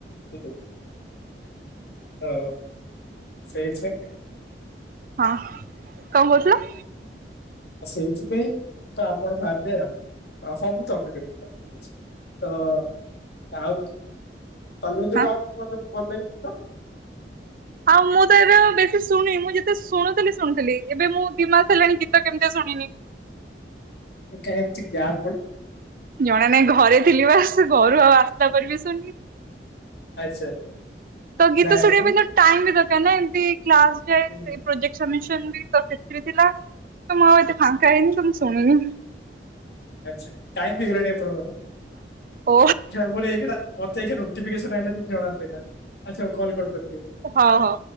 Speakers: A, on the left; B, on the right.
A: ଠିକ୍ ଅଛି। ଓହୋ ସେଇଥିପାଇଁ।
B: ହଁ କଣ କରୁଥିଲ?
A: ଆଉ ସେଇଥିପାଇଁ ତ ଆପଣ ବାହାରିଯାଏ ଆଉ ସବୁ ତମେ ଦେବେ ରଖି ଦେବେ। ତ ଆଉ ତଲବିନ୍ଦ
B: ହଁ
A: ଆଉ କଣ କଣ ତମକୁ ଭଲ ଲାଗେ ଗୀତ?
B: ଆଉ ମୁଁ ତ ଏବେ ଆଉ ବେଶୀ ଶୁଣିନି ଯେତେ ଶୁଣୁଥିଲି ଶୁଣିଥିଲି ଏବେ ମୁଁ ଦିଇମାସ ହେଲାଣି ଗୀତ କେମିତି ଶୁଣିନି।
A: ଏକା ବେଳେ ତୁ ଏମିତି ଯା ପଡ।
B: ଜଣା ନାଇଁ ଘରେ ଥିଲି ବା ଆସ ଘରୁ ଆଉ ଆସିଲା ପରେ ବି ଶୁଣନି।
A: ଆଚ୍ଛା ଆଚ୍ଛା
B: ତ ଗୀତ
A: ନାଇଁ
B: ଶୁଣିବା
A: ମୁଁ
B: ପାଇଁ ଟାଇମ ବି ଦରକାର ନା ଏମିତି କ୍ଲାସ୍
A: ହୁଁ।
B: ପୋଜେକ୍ଟେ ସଦୁସ୍ନ ବି ସେଥିରେ ଥିଲା ତ ମୁଁ ଆଉ ଏ ଫାଙ୍କା ହେଇନି ତ ଶୁଣିନି।
A: ଆଛା ଟାଇମ୍ ବି ହେଇଗଲାଣି ଆପଣଙ୍କର।
B: ଓ
A: କୁଆଡେ ଜାଇଚୁ ଡ଼ା ମତୋ ଏଖୁଣିଆ ନୋତିପିକେସ୍ନ ଆସିଲା ଯେମିତି ଜଣା ପାଇଲା ଆଛା ହୋଉ କଲ୍ କରିଦିଅନ୍ତୁ।
B: ହଉ ହଉ।